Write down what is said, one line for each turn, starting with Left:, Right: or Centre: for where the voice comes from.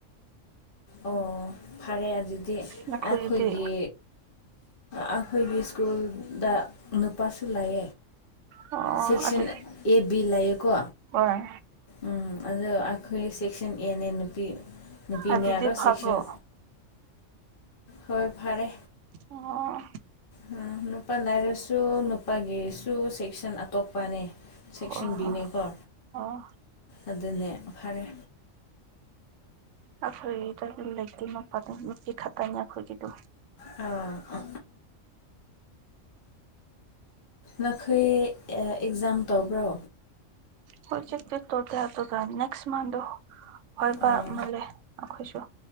Left: ꯑꯣ ꯐꯔꯦ ꯑꯗꯨꯗꯤ
Right: ꯅꯈꯣꯏꯒꯤꯗꯤ
Left: ꯑꯩꯈꯣꯏꯒꯤ ꯑꯩꯈꯣꯏꯒꯤ ꯁ꯭ꯀꯨꯜ ꯗꯥꯛ ꯅꯨꯄꯥꯁꯨ ꯂꯥꯏ
Right: ꯑꯣ
Left: ꯁꯦꯛꯁꯟ
Right: ꯑꯗꯨ
Left: ꯑꯦ ꯕꯤ ꯂꯩꯌꯦꯀꯣ
Right: ꯍꯣꯏ
Left: ꯎꯝ ꯑꯣ ꯑꯩꯈꯣꯏ ꯁꯦꯛꯁꯟ ꯑꯦꯅꯦ ꯅꯨꯄꯤ ꯅꯨꯄꯤꯅꯦꯔꯣ
Right: ꯑꯗꯨꯗꯤ ꯐꯕ꯭ꯔꯣ
Left: ꯁꯦꯛꯁꯟ ꯍꯣꯏ ꯐꯔꯦ
Right: ꯑꯣ
Left: ꯎ ꯅꯨꯄꯥ ꯂꯅꯥꯔꯁꯨ ꯅꯨꯄꯥꯒꯤꯁꯨ ꯁꯦꯛꯁꯟ ꯑꯇꯣꯞꯄꯅꯦ ꯁꯦꯛꯁꯟꯕꯤꯅꯦꯀꯣ
Right: ꯍꯣꯏ ꯍꯣꯏ ꯑꯣ
Left: ꯑꯗꯨꯅꯦ ꯐꯔꯦ
Right: ꯑꯩꯈꯣꯏꯒꯤꯗ ꯑꯗꯨ ꯂꯩꯇꯦ ꯃꯄꯥꯗ ꯃꯤ ꯈꯛꯇꯅꯤ ꯑꯩꯈꯣꯏꯒꯤꯗꯣ
Left: ꯑꯥ ꯅꯈꯣꯏ ꯑꯦꯛꯖꯥꯝ ꯇꯧꯕ꯭ꯔꯣ
Right: ꯍꯣꯏ ꯆꯛꯇ ꯇꯣ ꯇ ꯇꯗ ꯅꯦꯛꯁ ꯃꯟꯣ ꯍꯕ
Left: ꯑꯣ
Right: ꯃꯥꯜꯂꯦ ꯑꯩꯈꯣꯏꯁꯨ